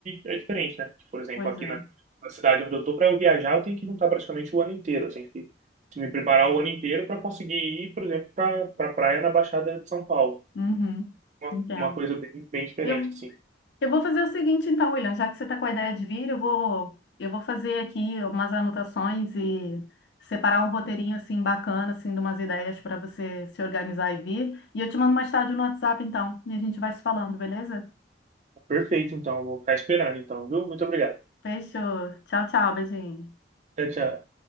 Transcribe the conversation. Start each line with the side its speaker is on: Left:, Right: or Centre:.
Right: é diferente, né? Por exemplo,
Left: Pois
Right: aqui
Left: é.
Right: na, na cidade onde eu tô, para eu viajar, eu tenho que juntar praticamente o ano inteiro, eu tenho que me preparar o ano inteiro para conseguir ir, por exemplo, para pra pra praia na Baixada de São Paulo.
Left: Uhum.
Right: Uma,
Left: Entendo.
Right: uma coisa bem, bem diferente,
Left: Eu,
Right: assim.
Left: eu vou fazer o seguinte, então, William, já que você está com a ideia de vir, eu vou, eu vou fazer aqui umas anotações e separar um roteirinho assim bacana, assim, de umas ideias para você se organizar e vir. E eu te mando mais tarde no WhatsApp, então, e a gente vai se falando, beleza?
Right: Perfeito, então. Vou ficar esperando, então, viu? Muito obrigado.
Left: Fechou. Tchau, tchau, beijinho.
Right: Tchau, tchau.